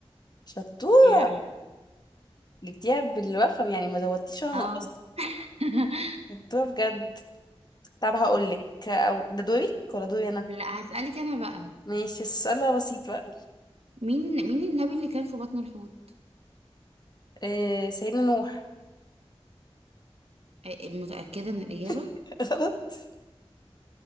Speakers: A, on the left (about 40°); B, on the right (about 75°).
A: شطورة
B: ايه رأيك؟
A: جبتيها بالرقم يعني ما زودتيش ولا
B: اه
A: نقصتي
B: <laughs>
A: شطورة بجد طب هقولك أو ده دورك ولا دوري أنا
B: لا هسألك أنا بقى
A: ماشي السؤال بقى بسيط بقى
B: مين مين النبي اللي كان في بطن الحوت؟
A: آه سيدنا نوح
B: آه، متأكدة من الإجابة؟
A: <laughs> غلط